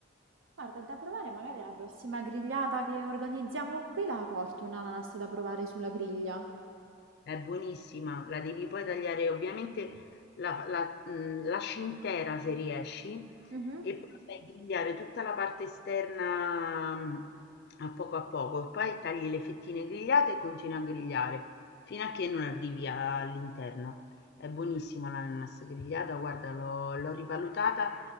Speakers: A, on the right; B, on the left.
A: Guarda, è da provare, magari la prossima grigliata che organizziamo qui la porto un'ananas da provare sulla griglia.
B: È buonissima, la devi poi tagliare ovviamente la la mhmm, lasci intera se riesci
A: Mhm.
B: e poi fai grigliare tutta la parte esterna, mhmm, a poco a poco, poi tagli le fettine grigliate e continui a grigliare fino a che non arrivi all'interno. È buonissima l'ananas grigliata, guarda l'ho l'ho rivalutata,